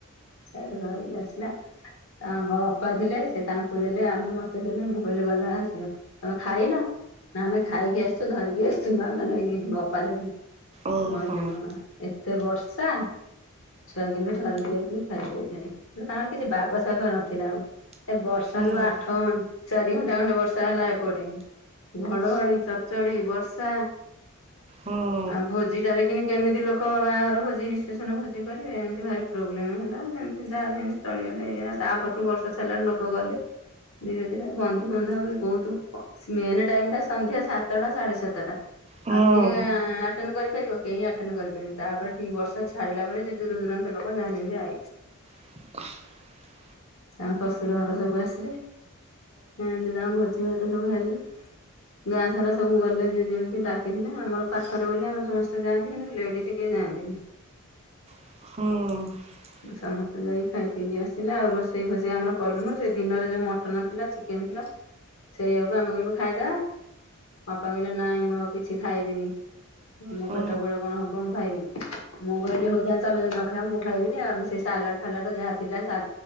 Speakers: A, on the left; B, on the right.
A: ସେ ତ ଧରିକି ଆସିଲା। ତାଙ୍କ ଅପା ଥିଲେ ସେ ତାଙ୍କୁ ଦେଲେ ଆ ମତେ ଦେଲେ ମୁଁ କହିଲି ବଲା ସିଅ ତମେ ଖାଇନ? ନାଁ ଆମେ ଖାଇକି ଆସଚୁ ଧରିକି ଆସଚୁ ମାମା ନାଇକି। ଉଁ ଅପା ନାଗି ମୁଁ
B: ଓହୋ
A: ଅଇଲି
B: ହୁଁ
A: ମା ଏତେ ବର୍ଷା ଛୁଆ କିନ୍ତୁ ଧରିକି ଆଉଚନ୍ତି ଖାଇକି ଆଇଚନ୍ତି ଗୋଟେ ତାଙ୍କର କିଛି ବାଗ ଶାଗ ନଥିଲା ଆଉ। ଏ ବର୍ଷା
B: ହୁଁ
A: ଯୋଉ ଆଠ ଚାରି ଘଣ୍ଟା ଖଣ୍ଟେ ବର୍ଷା ହେଲା ଏପଟେ। ଘଡ଼ଘଡ଼ି ଚଡ଼ଚଡ଼ି ବର୍ଷା
B: ହଁ।
A: ଆ ଭୋଜିଟାରେ କିିନି କେମିତି ଲୋକ ବାହାଘର ଭୋଜି ରିପସେନ ଭୋଜି କରିବେ? ଏମିତି ଭାରି ପ୍ରୋବ୍ଲେମ ହେଲା। ସେମତି ଯାହା ଯେମତି ଚଳିଗଲେ ଏଇଆ ତାପରେ ତ ବର୍ଷ ଛାଡ଼ିଲା ଲୋକ ଗଲେ। ଧୀରେ ଧୀରେ ବନ୍ଧୁବାନ୍ଧବ ବି ବୋହୁତ କ ମେନ୍ ଟାଇମଟା ସନ୍ଧ୍ୟା ସାତଟା ସାଢ଼େ ସାତଟା।
B: ହଁ
A: ଆଉ କିଏ
B: ହୁଁ
A: ଆଟେଣ୍ଡ୍ କରିପାରିବ? କେହି ଆଟେନ୍ କରିପାରିବେ ତାପରେ ଠିକ ବର୍ଷା ଛାଡ଼ିଲା ପରେ ଯେ ଦୂର ଦୂରାନ୍ତ ଲୋକ ଯାହା ଯେମତି ଆଇଲେ।
B: <inaudible>
A: ତାଙ୍କ ଶଶୁର ଘର ସବୁ ଆସିଲେ ଏଁ ତାଙ୍କ ଭୋଜି ଭା ତ ସବୁ ହେଲା ଗାଁ ସାରା ସବୁ ଗଲେ ଯିଏ ଯେମିତି ଡା ତିହିଲା ଆମର ପାଖରେ ବୋଲି ଆମ ସମସ୍ତେ ଯାଆନ୍ତି କିନ୍ତୁ ଲେଡିଜ୍ କେହି ଯାଆନ୍ତିନି।
B: ହୁଁ।
A: ସମସ୍ତେ ଯାଇକି ଖାଇ ପିଇକି ଆସିଲେ ଆଉ ରୋଷେଇ ଫୋଷେଇ ଆମର କଲୁନୁ ସେ ଦିନରେ ଯୋଉ ମଟନ୍ ଥିଲା ଚିକେନ୍ ଥିଲା ସେଇଆକୁ ଆମେ କହିଲୁ ଖାଇଦା ବାପା କହିଲେ ନାଇଁ ମୁଁ ଆଉ କି ଛି ଖାଇବିନି ମୋ
B: ହୁଁ
A: ପେଟ କୁଆଡ଼େ କଣ ହବ ମୁଁ ଖାଇବିନି। ମୁଁ କହିଲି ହଉ ତାହେନେ ତମେ ଯଦି ନ ଖାଇବନି ମୁଁ ଖାଇବିନି ଆମେ ସେଇ ସାଲାଡ ଫାଲାଡ଼ ଯାହା ଥିଲା ସା